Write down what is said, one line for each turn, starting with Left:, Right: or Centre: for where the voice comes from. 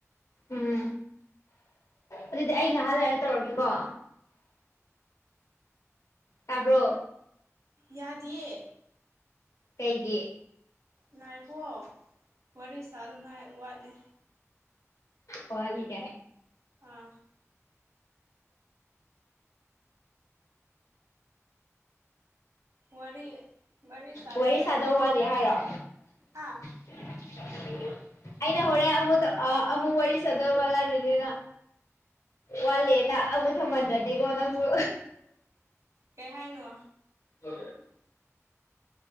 Left: ꯎꯝ ꯑꯗꯨꯗꯤ ꯑꯩ ꯉꯍꯥ ꯂꯩꯔ ꯇꯧꯔꯛꯀꯦꯀꯣ ꯇꯥꯕ꯭ꯔꯣ
Right: ꯌꯥꯗꯤꯌꯦ
Left: ꯀꯩꯒꯤ
Right: ꯅꯥꯏꯈꯣꯋꯣ ꯋꯥꯔꯤ ꯁꯥꯗꯨ ꯉꯥꯏ ꯋꯥꯠꯂꯤ
Left: ꯋꯥꯠꯂꯤ ꯀꯥꯏ‌
Right: ꯑꯥ ꯋꯥꯔꯤ ꯃꯔꯤ ꯁꯥꯗ
Left: ꯋꯥꯔꯤ
Right: ꯉꯥꯐꯔꯤ
Left: ꯁꯥꯗꯧ
Right: ꯅꯪ
Left: ꯋꯥꯠꯂꯤ
Right: ꯀꯃꯥꯏ
Left: ꯍꯥꯏꯔꯣ
Right: ꯍꯥ
Left: <unintelligible> ꯑꯩꯅ ꯍꯣꯔꯦꯟ ꯑꯃꯨꯗ ꯑꯃꯨꯛ ꯋꯥꯔꯤ <inaudible> ꯋꯥꯠꯂꯦ ꯅ ꯑꯃꯨ ꯊꯝꯍꯟꯗꯗꯤꯀꯣ ꯅꯪꯁꯨ
Right: ꯀꯩ ꯍꯥꯏꯅꯣ
Left: ꯍ <unintelligible>